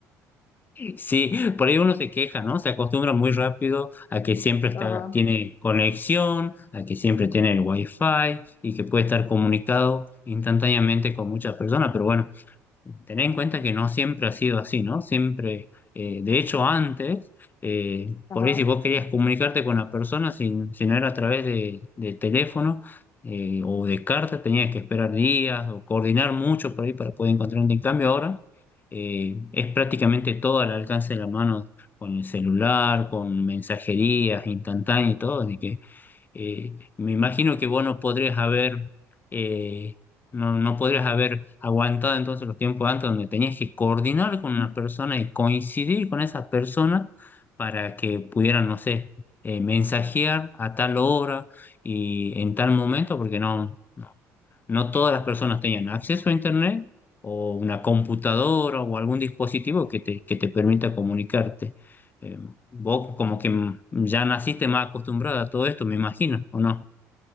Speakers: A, on the left; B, on the left.
A: Sí, por ahí uno se queja, ¿no? Se acostumbra muy rápido a que siempre está,
B: Ajá,
A: tiene conexión, a que siempre tiene el wifi y que puede estar comunicado instantáneamente con muchas personas. Pero bueno, Tener en cuenta que no siempre ha sido así, ¿no? Siempre, eh, de hecho, antes, eh,
B: ajá.
A: por ahí si vos querías comunicarte con la persona, si, si no era a través de, de teléfono eh, o de carta, tenías que esperar días o coordinar mucho por ahí para poder encontrar un cambio. Ahora eh, es prácticamente todo al alcance de la mano con el celular, con mensajerías instantáneas y todo, de que eh, me imagino que vos no podrías haber, eh, no, no podrías haber aguantado entonces los tiempos antes donde tenías que coordinar con
B: <laughs>
A: una persona y coincidir con esa persona para que pudieran, no sé, eh, mensajear a tal hora y en tal momento, porque no, no todas las personas tenían acceso a internet o una computadora o algún dispositivo que te, que te permita comunicarte. Eh, vos como que ya naciste más acostumbrada a todo esto, me imagino, ¿o no?